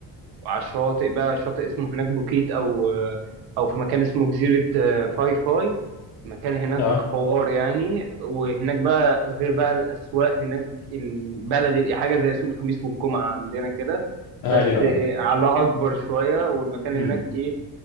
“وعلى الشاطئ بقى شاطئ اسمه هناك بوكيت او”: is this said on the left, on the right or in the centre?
Right